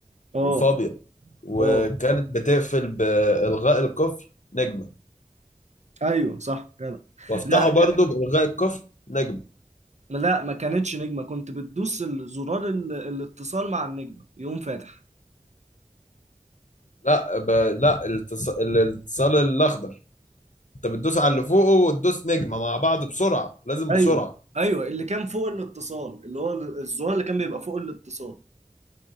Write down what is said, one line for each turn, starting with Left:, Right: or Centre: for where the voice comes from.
Right: اه
Left: وفابيض وكانت
Right: اه
Left: بتقفل بإلغاء القفل نجمة
Right: ايوه صح جدع
Left: وافتحه
Right: لا
Left: برضو
Right: ك...
Left: بإلغاء القفل نجمة
Right: لا ما كانتش نجمه كنت بتدوس ال- زرار ال... الاتصال مع النجمه يقوم فاتح
Left: لا ب... لا التص... الاتصال الأخضر انت بتدوس على اللي فوقه وتدوس نجمة مع بعض بسرعة لازم
Right: ايوه
Left: بسرعة
Right: ايوه اللي كان فوق الاتصال اللي هو ال- الزرار اللي كان بيبقى فوق الاتصال